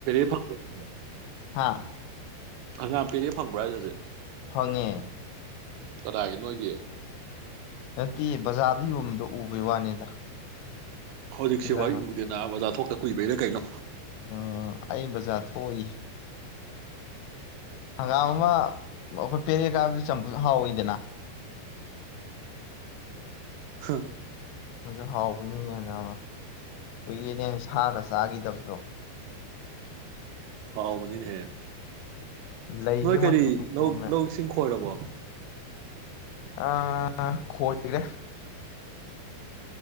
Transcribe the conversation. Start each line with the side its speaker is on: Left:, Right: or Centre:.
Right: <unintelligible>
Left: ꯍꯥꯥ
Right: ꯍꯪꯒꯥꯝ ꯄꯦꯔꯦ ꯐꯡꯕ꯭ꯔꯣ ꯍꯥꯢꯖꯦ ꯍꯧꯖꯤꯛ
Left: ꯐꯪꯉꯦ
Right: ꯀꯅꯥꯒꯤ ꯅꯣꯏꯒꯤ
Left: ꯅꯇꯦ ꯕꯖꯥꯔꯗ ꯌꯣꯟꯕꯗꯣ ꯎꯕꯩ ꯋꯥꯅꯤꯗ
Right: ꯍꯧꯖꯤꯛ
Left: ꯏꯟꯖꯥꯡ
Right: ꯁꯤꯕꯨ ꯑꯩ ꯎꯗꯦꯅꯥ ꯕꯥꯖꯥꯔ ꯊꯣꯛ ꯀꯨꯏꯕꯩꯔꯥ ꯀꯩꯅꯣ
Left: ꯎꯝ ꯑꯩ ꯕꯖꯥꯔ ꯊꯣꯛꯏ ꯍꯪꯒꯥꯝ ꯑꯃ ꯑꯩꯈꯣꯏ ꯄꯦꯔꯦ ꯀꯥꯏꯕꯗꯨ ꯆꯝꯐꯨꯠ ꯍꯥꯎꯋꯤꯗꯅ
Right: ꯍꯥ
Left: ꯑꯗꯨ ꯍꯥꯎꯕꯅꯤꯅꯦ ꯅꯥꯕ ꯀꯨꯏꯔꯦꯅꯦ ꯁꯥꯒ ꯆꯥꯒꯤꯗꯕꯗꯣ
Right: ꯍꯥꯎꯕꯅꯤꯅꯦꯍꯦ
Left: ꯂꯩꯁꯦ
Right: ꯅꯣꯏ ꯀꯔꯤ
Left: ꯃꯇꯨ ꯆꯣꯝꯃꯦ
Right: ꯂꯧ ꯂꯧ ꯁꯤꯡ ꯈꯣꯏꯔꯕꯣ
Left: ꯑ ꯈꯣꯏꯔꯦ